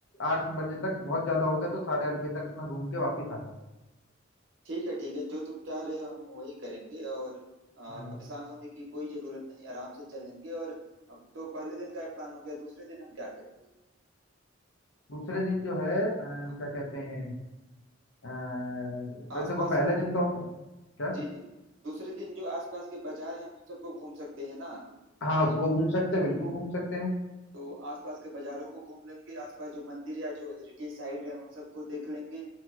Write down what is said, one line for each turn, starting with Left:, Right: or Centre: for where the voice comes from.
Left: आठ बजे तक बहुत ज्यादा हो गया तो साढ़े आठ बजे तक अपना घूम के वापिस आ जाओ
Right: ठीक है ठीक है जो तुम चाह रहे हो हम वही करेंगे और आ,
Left: हाँ
Right: परेशान होने की कोई जरूरत नहीं आराम से चलेंगे और अब तो पहले दिन का प्लान हो गया दूसरे दिन हम क्या करेंगे
Left: दूसरे दिन जो है अ, क्या
Right: हाँ
Left: कहते हैं अ, तो
Right: आसपास
Left: देखो पहले दिन तो हम क्या
Right: जी जी दूसरे दिन जो आसपास के बाजार हैं हम उन सबको घूम सकते हैं ना
Left: हाँ उसको घूम सकते हैं बिल्कुल घूम सकते हैं
Right: तो आसपास के बाजारों को घूम लेंगे आसपास जो मंदिर या जो हेरिटेज साइट है उन सबको देख लेंगे